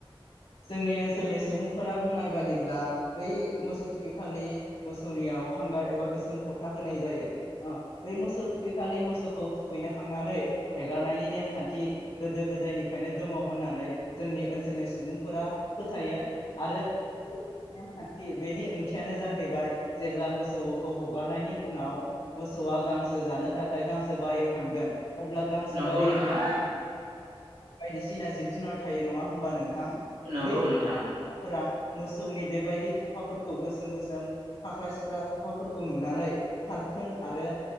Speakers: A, on the left; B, on the right.
A: जोंनि ओन्सोलनि सुबुंफोरा बुंनाय बादिब्ला बै मोसौ थुखैखालि मोसौनिआव हांगार एबा गोसोम फुथा होनाय जायो बै मोसौ थुखैखालि मोसौखौ थुखैखांनानै हेगारनायनि नेमखान्थि गोदो-गोदायनिफ्रायनो दङ होन्नानै जोंनि ओनसोलनि सुबुंफ फोरा फोथायो आरो <inaudible> नेमखान्थि बेनि ओंथियानो जाहैबाय जेब्ला मोसौखौ हगारनायनि उनाव मोसौआ गांसो जानो थाखाय गांसो बारियाव थांगोन अब्ला गांसो
B: नंगौ
A: बारियाव
B: नोंथां
A: मोसा <inaudible> बायदिसिना जिब जुनार थायो नङा होनबा नोंथां
B: नंगौ
A: बै <inaudible>
B: नोंथां
A: मोसौनि बेबादि थफाफोरखौ गोसोम गोसोम फाख्रा सिख्रा थफाफोरखौ नुनानै खारथों आरो